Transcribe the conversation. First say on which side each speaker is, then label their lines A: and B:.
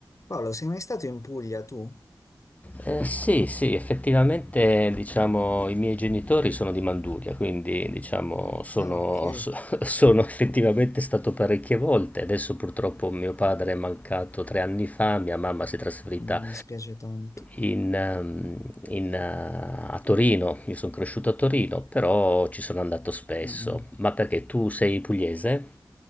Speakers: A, on the left; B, on the left.
A: Paolo, sei mai stato in Puglia tu?
B: Ehm, sì, sì, effettivamente diciamo i miei genitori sono di Manduria, quindi diciamo sono
A: Ah, ok.
B: so <laughs> sono effettivamente stato parecchie volte. Adesso purtroppo mio padre è mancato 3 anni fa, mia mamma si è trasferita
A: Mi dispiace tanto.
B: in mhmm, in eh, a Torino. Io son cresciuto a Torino, però ci sono andato spesso.
A: Mm-mm.
B: Ma perché tu sei pugliese?